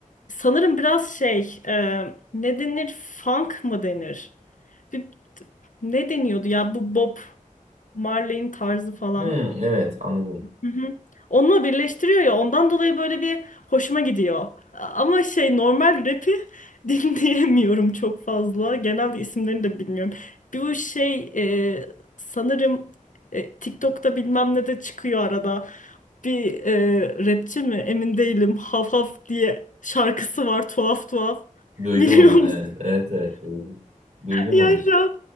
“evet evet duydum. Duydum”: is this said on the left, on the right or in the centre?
Right